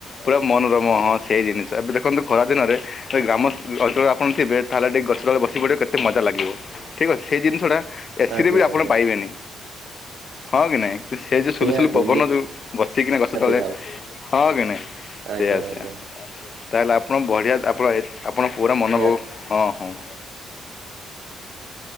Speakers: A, on the left; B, on the right.
A: ପୁରା ମନୋରମ ହଁ ହଁ ସେଇ ଜିନିଷ ଏବେ ଦେଖନ୍ତୁ ଖରା ଦିନରେ ଏ ଗ୍ରାମ ଅଞ୍ଚଳରେ ଆପଣଥିବେ, ତାହେଲେ ଟିକେ ଗଛ ତଳେ ବସି ପଡ଼ିବେ କେତେ ମଜା ଲାଗିବ ଠିକ୍ ଅଛି ସେଇ ଜିନିଷଟା ଏ ସି
B: ଆଜ୍ଞା
A: ରେ ବି ଆପଣ
B: ଆଜ୍ଞା
A: ପାଇବେନି ହଁ କି ନାଇଁ? ସେ ଯୋଉ ସୁଲୁସୁଲୁ
B: ନିହାତି
A: ପବନ ଦଉ ବସିକିନା
B: ନିହାତି
A: ଗଛ ତଳେ
B: ଭାବ
A: ହଁ କି ନାହିଁ? ସେଇଆ
B: ଆଜ୍ଞା
A: ସେଇଆ
B: - ଆଜ୍ଞା।
A: ତାହେଲେ ଆପଣ ବଢ଼ିଆ ଆପଣ ଆପଣ ପୁରା ମନୋଭବ
B: ନିହା
A: ହଁ ହଁ।